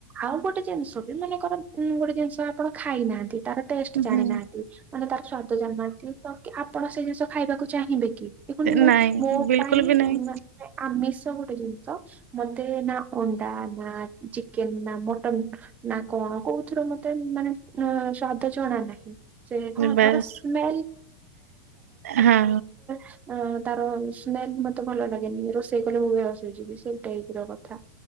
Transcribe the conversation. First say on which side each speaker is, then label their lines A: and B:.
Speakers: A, on the right; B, on the right.
A: ଆଉ ଗୋଟେ ଜିନିଷ ବି ମାନେକର କୋଉ ଗୋଟେ ଜିନିଷ ଆପଣ ଖାଇନାହାନ୍ତି ତାର ଟେଷ୍ଟ ଜାଣିନାହାନ୍ତି
B: ହୁଁ
A: ମାନେ ତାର ସ୍ଵାଦ ଜାଣିନାହାନ୍ତି ତ କି ଆପଣ ସେ ଜିନିଷ ଖାଇବାକୁ ଚାହିଁବେ? କି <unintelligible>
B: ନାଇଁ
A: ମୋ
B: ବିଲକୁଲ
A: ପାଇଁ
B: ବି ନାଇଁ
A: ଆମିଷ ଗୋଟେ ଜିନିଷ। ମତେ ନା ଅଣ୍ଡା ନା ଚିକେନ ନା ମଟନ୍ ନା କଣ କୋଉଥିର ମତେ ମାନେ ସ୍ଵାଦ ଜଣା ନାହିଁ। ସେଇ ହଁ
B: ବାସ୍
A: ତାର ସ୍ମେ
B: ହଁ
A: ଅଁ ତାର ସ୍ମେଲ ମତେ ଭଲ ଲାଗେନି ରୋଷେଇ କଲେ ମୁଁ ବେହୋସ ହେଇଯିବି ସେଇ ଟାଇପ୍ ର କଥା।